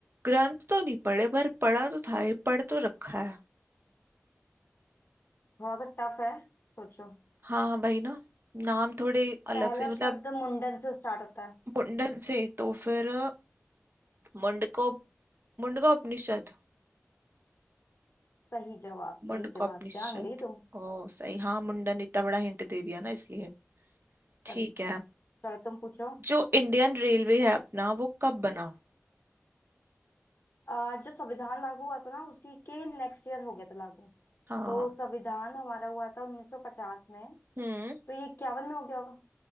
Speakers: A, on the right (about 50°); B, on the left (about 50°).
A: ग्रंथ तो नहीं पढ़े पर पढ़ा तो था ये पढ़ तो रखा है
B: थोड़ा सा टफ है सोचो
A: हाँ भाई ना नाम थोड़े
B: पहला
A: अलग से मतलब
B: शब्द मुंडन से स्टार्ट होता है
A: मुंडन से तो फिर मुंडको मुंडकोपनिषद
B: सही जवाब सही
A: मुंडकोपनिषद
B: जवाब जान गई तुम
A: ओ सही हाँ मुंडन इतना बड़ा हिंट दे दिया ना इसलिए
B: तभी
A: ठीक है
B: चलो तुम पूछो
A: जो इंडियन रेलवे है अपना वो कब बना
B: आ, जो संविधान लागू हुआ था ना उसी के नेक्स्ट ईयर हो गया था लागू
A: हाँ
B: तो संविधान हमारा हुआ था 1950 में
A: हम्म
B: तो ये इक्यावन में हो गया होगा